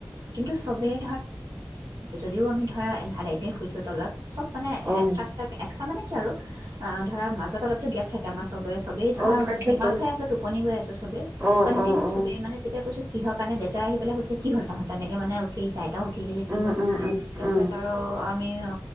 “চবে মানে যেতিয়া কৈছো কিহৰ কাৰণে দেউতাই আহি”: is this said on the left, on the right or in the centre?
Right